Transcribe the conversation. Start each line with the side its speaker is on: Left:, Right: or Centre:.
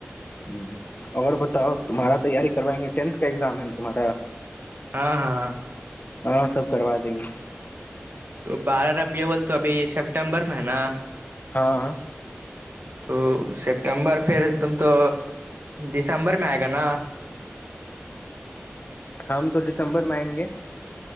Left: ہوں اور بتاؤ تمہارا تیاری کروائیں گے ٹینتھ کا ایگزام ہے تمہارا
Right: ہاں ہاں
Left: ہاں سب کروا دیں گے
Right: تو بارہ رب یہ بول تو ابھی سیپٹمبر میں ہے نا
Left: ہاں
Right: تو سپٹمبر پھر تم تو دسمبر میں آئے گا نا
Left: ہم تو دسمبر میں آئیں گے